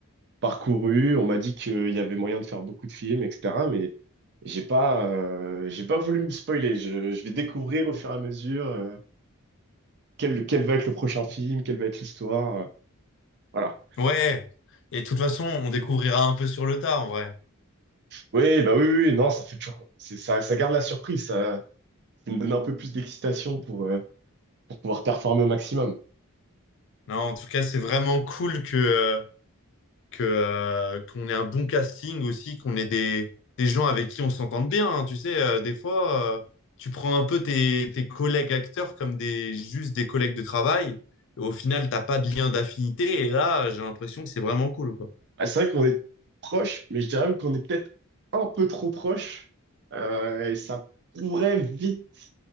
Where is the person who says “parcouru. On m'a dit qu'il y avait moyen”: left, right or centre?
Right